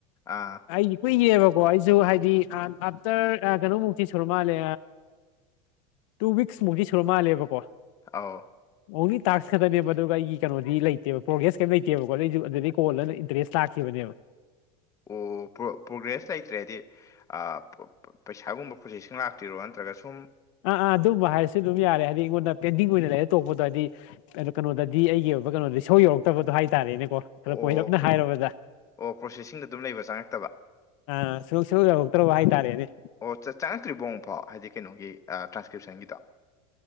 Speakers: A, on the left; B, on the left.
A: ꯑꯥ
B: ꯑꯩꯗꯤ ꯀꯨꯏꯌꯦꯕꯀꯣ ꯑꯩꯁꯨ ꯍꯥꯏꯗꯤ ꯑꯥꯐꯇꯔ ꯀꯩꯅꯣꯃꯨꯛꯇꯤ ꯁꯨꯔ ꯃꯥꯜꯂꯦ ꯇꯨ ꯋꯤꯛꯁ ꯃꯨꯛꯇꯤ ꯁꯨꯔ ꯃꯥꯜꯂꯦꯕꯀꯣ
A: ꯑꯑꯣ
B: ꯑꯣꯡꯂꯤ ꯇꯥꯛꯁ ꯈꯛꯇꯅꯦꯕ ꯑꯗꯨꯒ ꯑꯩꯒꯤ ꯀꯩꯅꯣꯗꯤ ꯂꯩꯇꯦꯕ ꯄ꯭ꯔꯣꯒ꯭ꯔꯦꯁ ꯀꯩꯝ ꯂꯩꯇꯦꯕꯀꯣꯗ ꯑꯩꯁꯨ ꯑꯗꯨꯗꯩ ꯀꯣꯜꯂ ꯂꯩ ꯏ꯭ꯔꯦꯁ ꯂ ꯍꯥꯥꯛꯈꯤꯕꯕꯅꯦꯕ
A: ꯑꯣ ꯄ꯭ꯔꯣꯒ꯭ꯔꯦꯁ ꯂꯩꯇ꯭ꯔꯦꯗꯤ ꯑꯥ ꯄꯩꯁꯥꯒꯨꯝꯕ ꯄ꯭ꯔꯣꯁ‌ꯦꯁꯤꯡ ꯂꯥꯛꯇꯔꯣ ꯅꯠꯇ꯭ꯔꯒ ꯁꯨꯝ
B: ꯑꯥ ꯑꯥ ꯑꯗꯨꯝꯕ ꯍꯥꯏꯁꯨ ꯑꯗꯨꯝ ꯌꯥꯔꯦ ꯍꯥꯏꯗꯤ ꯑꯩꯉꯣꯟꯗ ꯄꯦꯟꯗꯤꯡ ꯑꯣꯏꯅ ꯂꯩꯔ ꯇꯣꯛꯄꯗꯣ ꯍꯥꯏꯗꯤ ꯀꯩꯅꯣꯗꯗꯤ ꯑꯩꯒꯤ ꯀꯩꯅꯣꯗꯤ ꯁꯧ ꯌꯧꯔꯛꯇꯕꯗꯣ ꯍꯥꯏꯇꯥꯔꯦꯅꯦ ꯀꯣ ꯈꯔ
A: ꯑꯣ
B: ꯀꯣꯏꯔꯞꯅ
A: ꯄ꯭ꯔꯣ-
B: ꯍꯥꯏꯨꯔꯕꯗ
A: ꯑꯣ ꯄ꯭ꯔꯣꯁꯦꯁꯤꯡꯗ ꯑꯗꯨꯝ ꯂꯩꯕ ꯆꯪꯉꯛꯇꯕ
B: ꯑꯥ ꯁꯨꯡ ꯁꯨꯡꯌꯧ ꯇ꯭ꯔꯣꯕ ꯍꯥꯏꯇꯥꯔꯦꯅꯦ
A: ꯑꯣ ꯆꯪꯉꯛꯇ꯭ꯔꯤꯕꯐꯣ ꯑꯃꯨꯛꯐꯥꯎ ꯍꯥꯏꯗꯤ ꯀꯩꯅꯣꯒꯤ ꯇ꯭ꯔꯥꯟꯁꯀ꯭ꯔꯤꯞꯁꯟꯒꯤꯗꫭ